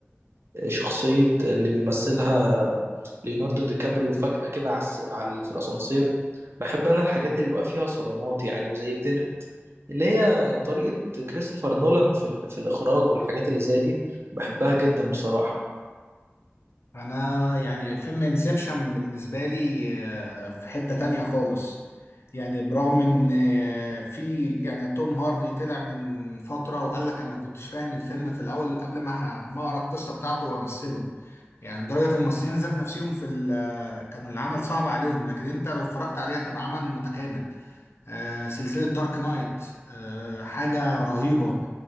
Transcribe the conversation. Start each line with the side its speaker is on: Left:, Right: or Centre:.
Right: شخصية اللي بيمثلها ليوناردو دي كابريو فجأة كده على الس- على- في الأسانسير بحب أنا الحاجات اللي بيبقى فيها صدمات يعني وزي تينت اللي هي طريقة كريستوفر نولان في, ال... في الإخراج والحاجات اللي زي دي بحبها جدا بصراحة
Left: انا يعني فيلم انسبشن بالنسبه لي آه، في حته تانية خالص يعني برغم ان آه، في يعني توم هاردي طلع من فتره وقال لك انا ما كنتش فاهم الفيلم في الاول قبل ما ه- ما اقرا القصه بتاعته وامثله يعني درجه الممثلين ذات نفسهم في ال- آه، كان العمل صعب عليهم لكن انت لو اتفرجت عليه هتبقى عمل متكامل آه، سلسلة دارك نايت آه، حاجة رهيبة